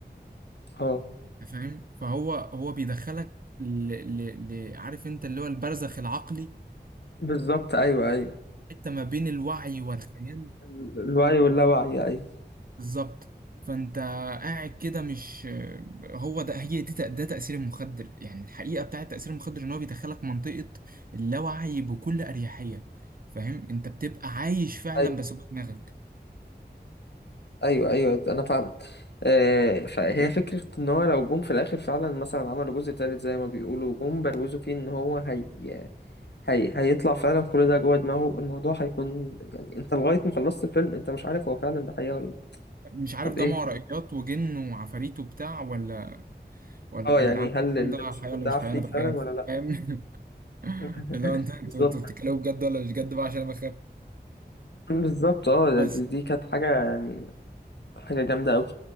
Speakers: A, on the left (about 70°); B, on the right (about 55°).
A: آه
B: أنت فاهم فهو هو بيدخلك ل... ل... ل... عارف انت اللي هو البرزخ العقلي
A: بالظبط أيوه أيوه
B: حتة ما بين الوعي والخيال
A: ال- الوعي واللاوعي أيوه
B: بالظبط فانت قاعد كده مش هو ده هي دي تأ- ده تأثير المخدر يعني الحقيقة بتاعة تأثير المخدر ان هو بيدخلك منطقة اللاوعي بكل أريحية فاهم انت بتبقى عايش فعلا
A: أيوه
B: بس جوه دماغك
A: أيوه أيوه أنا فاهم آه، فهي فكرة ان هو لو جم في الاخر فعلا مثلا عملوا جزء تالت زي ما بيقولوا جم بروزوا فيه ان هو هي... هي... هيطلع فعلا كل ده جوه دماغه الموضوع هيكون يعني انت لغاية ما خلصت الفيلم انت مش عارف هو فعلا ده حقيقة ولا لا
B: مش عارف
A: طب
B: ده
A: ايه
B: مع رأيات وجن وعفاريت وبتاع ولا ولا
A: اه
B: يا
A: يعني
B: جدعان
A: هل
B: الكلام
A: اللي
B: ده
A: ماسكهم
B: حقيقي ولا
A: ده
B: مش
A: عفريت
B: حقيقي انا بخاف
A: فعلا ولا لا
B: فاهم
A: <laughs>
B: <laughs> اللي هو انت انتوا
A: بالظبط
B: انتوا بتتكلموا بجد ولا مش بجد بقى عشان انا بخاف
A: بالظبط اه
B: بس
A: دي دي كانت حاجة يعني حاجة جامدة أوي